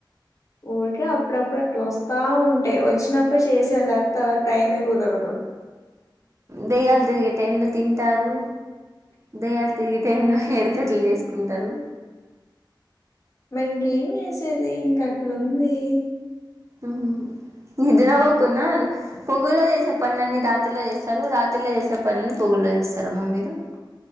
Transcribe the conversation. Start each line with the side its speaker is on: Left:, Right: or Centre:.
Left: ఊరికే అప్పుడప్పుడు అట్లా వస్తా ఉంటాయి వచ్చినప్పుడు చేసేయాల లేక పోతే టైమే కుదరదు
Right: దెయ్యాలు తిరిగే టైంలో తింటారు దయ్యాలు తిరిగే టైంలో హెయిర్కట్టలు చేసుకుంటారు
Left: మరి ఇంకేం చేసేది ఇంకా అట్లా ఉంది
Right: ఆ నిద్ర పోకున్న పొగుల్లో చేసే పనులన్నని రాత్రిలో చేస్తారు రాత్రిలో చేసే పనులని పొగుల్లో చేస్తార అమ్మ మీరు